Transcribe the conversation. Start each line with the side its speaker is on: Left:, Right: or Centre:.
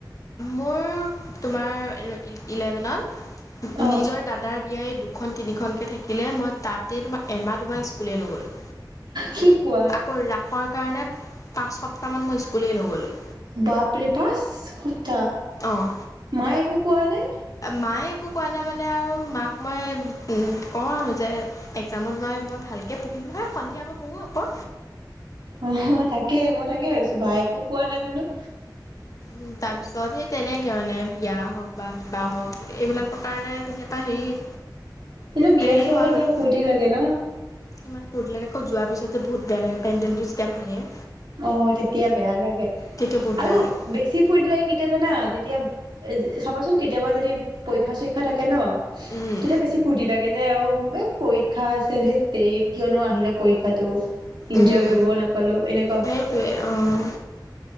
Left: মোৰ তোমাৰ ইলেভেনত
Right: অ
Left: নিজৰ দাদাৰ বিয়াই। দুখন তিনিখনকে থাকিলে মই। তাতে তোমাৰ এমাহ দুমাহ স্কুলেই নগলো
Right: কি কোৱা
Left: আকৌ ৰাসৰ কাৰণে পাঁচ সপ্তাহ মান মই স্কুল। স্কুলেই নগলো।
Right: বাপৰে পাছ তা
Left: অঁ
Right: মায়ে একো কোৱা নে
Left: মায়ে একো কোৱা নাই মানে আৰু মাক মই। কওঁ আৰু যে একজামত মই মই ভালকৈ পঢ়িম নহয় সন্ধিয়া মই পঢ়োঁ আকৌ।
Right: অ তাকে মই তাকে ভাবিছোঁ বা একো কোৱা নাই বোলোঁ।
Left: উ তাৰ পিছত সেই তেনেকে মানে বিয়া। হওক বা কিবা হওক এইবিলাকৰ কাৰণে কেতিয়াবা হেৰি।
Right: কিন্তু বিয়া
Left: হেৰি
Right: চিয়া
Left: হয়
Right: হ'লে
Left: বাৰু
Right: কিবা ফূৰ্তি লাগে ন।
Left: ইমান ফুৰ্টি লাগে আকৌ যোৱাৰ পিছত যে বহুত বেয়া লাগে পেণ্ডেলটো যেতিয়া ভাঙে।
Right: অ তেতিয়া বেয়া লাগে।
Left: তেতিয়া বহুত
Right: আৰু
Left: বেয়া লাগে
Right: বেছি ফুৰ্তি লাগে কেতিয়া জানা। এতিয়া এই চাবাচোন কেতিয়াবা যদি পৰীক্ষা চৰীক্ষা থাকে ন।
Left: উম,
Right: তেতিয়া বেছি ফূৰ্তি লাগে যে এ অ। পৰীক্ষা আছে ধেত তেৰি কিয়নো আহিলে পৰীক্ষাতো। ইনজয়
Left: উম,
Right: কৰিব নাপালোঁ এনে।
Left: সেইটোৱে অ।